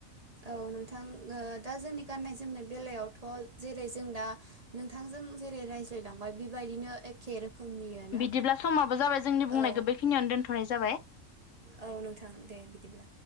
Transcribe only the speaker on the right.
औ नोंथां ओ दा जोंनि गाननाय जोमनाय बेलायावथ' जेरै जों दा नोंथांजों जेरै रायज्लायलांबाय बे बायदिनो एखे रोखोमनियानो
औ
औ नोंथां दे बिदिब्ला।